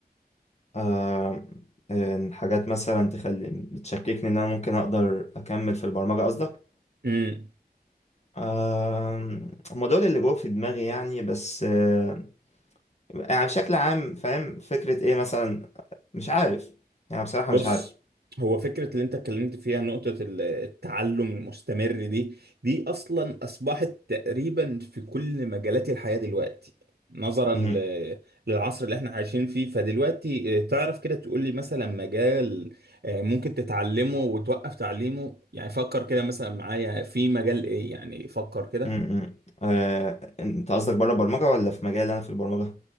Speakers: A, on the left (about 40°); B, on the right (about 75°).
A: آه إن حاجات مثلا تخلي بتشككني ان انا ممكن اقدر اكمل في البرمجة قصدك
B: مثلا
A: آه هم دول اللي جوه في دماغي يعني بس آه يعني بشكل عام فاهم فكرة ايه مثلا مش عارف يعني بصراحة
B: بص
A: مش عارف
B: هو فكرة اللي انت اتكلمت فيها نقطة ال- التعلم المستمر دي دي اصلا اصبحت تقريبا في كل مجالات الحياة دلوقتي نظرا
A: مم،
B: ل- للعصر اللي احنا عايشين فيه فدلوقتي اه، تعرف كده تقول لي مثلا مجال اه، ممكن تتعلمه وتوقف تعليمه يعني فكر كده مثلا معايا في مجال ايه يعني فكر كده
A: مم، مم. آه انت قصدك بره البرمجة ولا في مجال انا في البرمجة